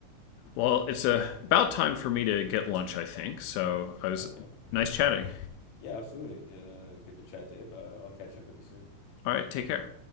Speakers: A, on the left; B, on the left.
A: Well, it's uh, about time for me to get lunch, I think. So I was
B: Okay.
A: nice chatting.
B: Yeah, absolutely. Uh, good chat, Dave. Uh, I'll catch up with you soon.
A: All right, take care.